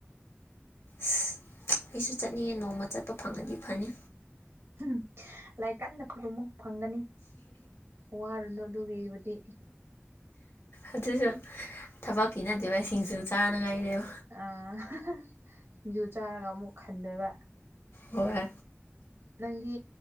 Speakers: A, on the left; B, on the right.
A: ꯁ ꯑꯩꯁꯨ ꯆꯠꯅꯤꯡꯌꯦ ꯅꯣꯡꯃ ꯆꯠꯄ ꯐꯪꯉꯗꯤ ꯐꯅꯤ
B: ꯝ ꯂꯥꯏ ꯀꯟꯅ ꯈꯨꯔꯨꯝꯃꯨ ꯐꯪꯒꯅꯤ ꯋꯥꯔꯨꯅꯨ ꯑꯗꯨꯒꯤꯕꯨꯗꯤ
A: ꯑꯗꯨꯁꯨ ꯊꯕꯛꯀꯤ ꯅꯠꯇꯦꯕ ꯁꯤꯡꯁꯨ ꯆꯥꯅꯉꯥꯏꯔꯦꯕ
B: ꯑꯥ ꯁꯤꯡꯖꯨ ꯆꯥꯔꯒ ꯑꯃꯨꯛ ꯈꯟꯗꯣꯏꯕ
A: ꯍꯣꯏ
B: ꯅꯪꯗꯤ